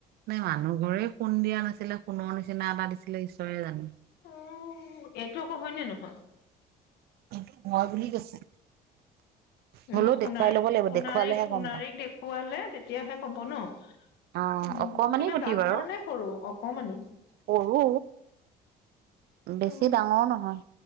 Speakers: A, on the right; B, on the left.
A: নে মানুহঘৰেই সোণ দিয়া নাছিলে, সোণৰ নিচিনা এটা দিছিলে, ঈশ্বৰে জানে।
B: অ', এইটো আকৌ হয়নে নহয়?
A: এইটো হয় বুলি কৈছে।
B: নহয়
A: হ'লেও
B: সোণাৰ-সোণাৰীক-সোণাৰীক
A: দেখুৱাই ল'ব লাগিব দেখুৱালেহে গম পাম
B: দেখুৱালে তেতিয়াহে হ'ব ন?
A: অ
B: উম,
A: অকমানি
B: কিমান
A: গুটি
B: ডাঙৰ
A: বাৰু
B: নে সৰু, অকমানি?
A: সৰু বেছি
B: উম
A: ডাঙৰো নহয়।।